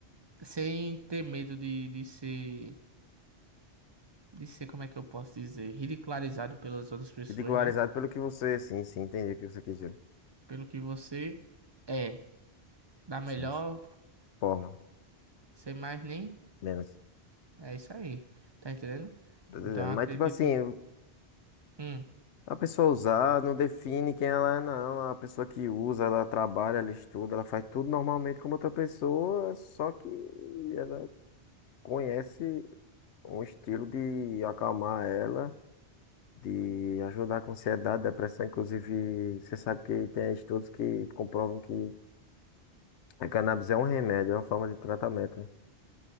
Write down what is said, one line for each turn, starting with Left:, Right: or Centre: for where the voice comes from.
Right: sem ter medo de, de ser, de ser, como é que eu posso dizer, ridicularizado pelas outras pessoas,
Left: ridicularizado
Right: né?
Left: pelo que você, sim, sim, entendi o que você quis dizer.
Right: Pelo que você é, dá melhor,
Left: Sim, sim. forma,
Right: sem mais nem,
Left: menos.
Right: é isso aí, tá entendendo?
Left: Tô dizendo.
Right: Então acredito.
Left: Mas tipo assim,
Right: Hum,
Left: A pessoa usar não define quem ela é, não. A pessoa que usa, ela trabalha, ela estuda, ela faz tudo normalmente como outra pessoa, só que ela conhece um estilo de acalmar ela, de ajudar com ansiedade, depressão. Inclusive, você sabe que tem estudos que comprovam que a cannabis é um remédio, é uma forma de tratamento, né?